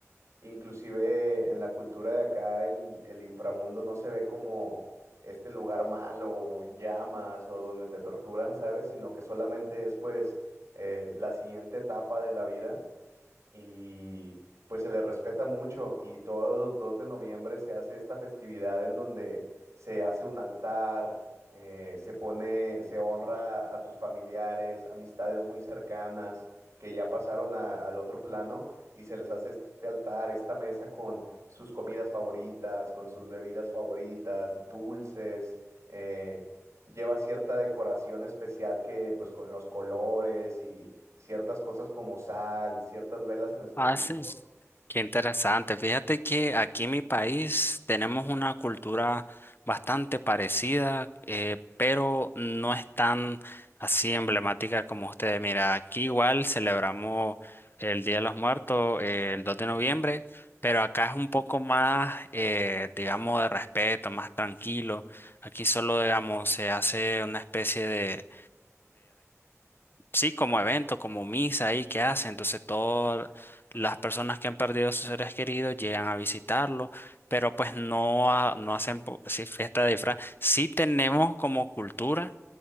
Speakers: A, on the right; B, on the left.
A: Inclusive en la cultura de acá el, el inframundo no se ve como este lugar malo o en llamas o donde te torturan, ¿sabes? Sino que solamente es pues eh, la siguiente etapa de la vida y pues se le respeta mucho y todos los 2 de noviembre se hace esta festividad en donde se hace un altar, eh, se pone, se honra a tus familiares, amistades muy cercanas que ya pasaron a- al otro plano y se les hace este altar, esta mesa con sus comidas favoritas, con sus bebidas favoritas, dulces. eh, lleva cierta decoración especial que pues con los colores y ciertas cosas como sal, ciertas velas en específico,
B: Ah, sí. Qué interesante. Fíjate que aquí en mi país tenemos una cultura bastante parecida, eh, pero no es tan así emblemática como ustedes. Mira, aquí igual celebramos el Día de los Muertos, eh, el 2 de noviembre, pero acá es un poco más, eh, digamos, de respeto, más tranquilo. Aquí solo, digamos, se hace una especie de, Sí, como evento, como misa ahí que hace. Entonces todas las personas que han perdido a sus seres queridos llegan a visitarlo, pero pues no, ha- no hacen po- sí, fiesta de disfraz. Sí tenemos como cultura